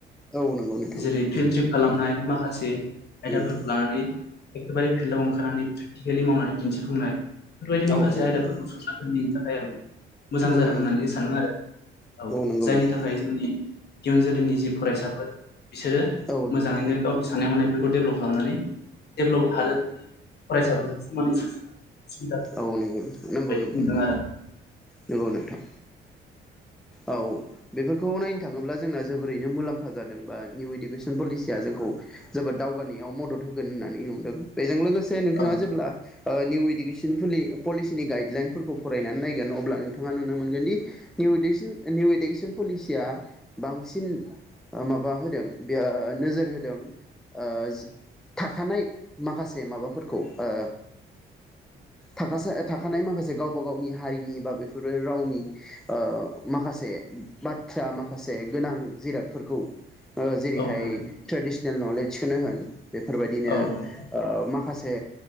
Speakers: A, in the centre; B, on the left.
A: औ नंगौ नोंथां
B: जेरै फिल्ड ट्रिप खालामनाय माखासे आयदाफोरखौ
A: उम
B: लानानै एखेबारे फिल्डआव ओंखारनानै प्रेकटिकेलि मावनानै दिन्थिफुंनाय बेफोरबायदि माखासे
A: औ औ
B: आयदाफोरखौ <unintelligible> मोजां
A: नंगौ
B: जादों
A: नंगौ
B: होननानै
A: नोंथां
B: सानो आरो औ
A: नंगौ
B: जायनि
A: नोंथां
B: थाखाय जोंनि इयुन जोलैनि जि फरायसाफोर बिसोरो
A: औ नंगौ
B: मोजाङैनो गावनि साननाय हनाय बेखौ डेभेलप खालामनानै डेभेलप हादोरनि फरायसाफोरजों समानै सुबिदा
A: औ नंगौ नोंथां नंगौ
B: बायदि
A: नंगौ
B: मोनदों
A: नंगौ
B: आरो
A: नंगौ नोंथां औ बेफोरखौ नायनो थाङोब्ला जोंना जोबोरैनो मुलाम्फा जादों बा निउ इडुकेसन पलिसिया जोंखौ जोबोद दावगानायाव मदद होगोन होननानै नुदों, बेजों लोगोसे नोंथाङा
B: औ
A: जेब्ला निउ इडुकेसन पलिसिनि गाइडलाइनफोरखौ फरायनानै नायगोन अब्ला नोंथाङा नुनो मोनगोन दि निउ इडुसिन निउ इडुकेसन पलिसिया बांसिन माबा होदों बे नोजोर होदों ओ थाखानाय माखासे माबाफोरखौ ओ थाखासे थाखानाय माखासे गावबा गावनि हारिनि बा बेफोर रावनि ओ माखासे बाथ्रा माखासे गोनां जिरादफोरखौ जेरैहाय
B: औ नोंथां
A: ट्रेडिसनेल नलेजखौनो होन बेफोरबायदिनो
B: औ नोंथां
A: ओ माखासे माखासे